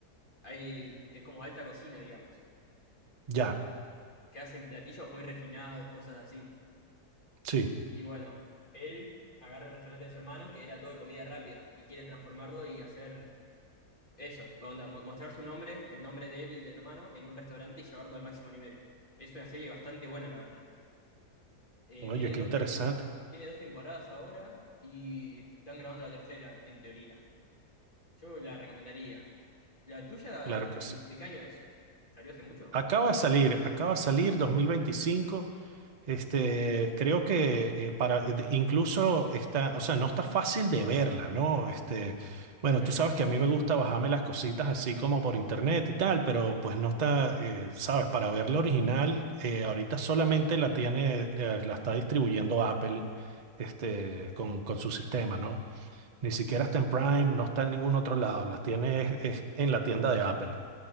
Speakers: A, on the left (about 30°); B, on the right (about 40°).
A: hay, es como alta cocina, digamos,
B: ya,
A: que hacen platillos muy refinados, cosas así.
B: sí.
A: Y bueno, él agarra el restaurante de su hermano, que era todo de comida rápida, y quiere transformarlo y hacer eso, onda, mo- mostrar su nombre, el nombre de él y el del hermano, en un restaurante y llevarlo al máximo nivel. Es una serie bastante buena, la verdad. Eh,
B: Oye,
A: tiene
B: qué
A: dos
B: interesante.
A: tempor- tiene dos temporadas ahora y t- están grabando la tercera, en teoría. Yo la recomendaría. ¿La tuya
B: Claro que
A: en-
B: sí.
A: de qué año es? ¿Salió hace mucho?
B: Acaba de salir, acaba de salir 2025. Este, creo que eh, para de- incluso está, o sea, no está fácil de verla, ¿no? Este, bueno,
A: Ok. ¿Es
B: tú sabes que a mí me gusta bajarme las cositas así como por internet y tal, pero pues no está, eh, sabes, para ver la original, eh, ahorita solamente la tiene, la, la está distribuyendo Apple, este, con, con su sistema, ¿no? Ni siquiera está en Prime, no está en ningún otro lado, las tiene es- es en la tienda de Apple.